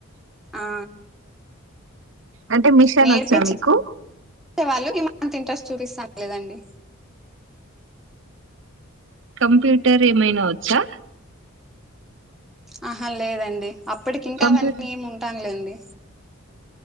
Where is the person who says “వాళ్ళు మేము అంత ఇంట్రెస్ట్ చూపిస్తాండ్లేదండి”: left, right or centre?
Centre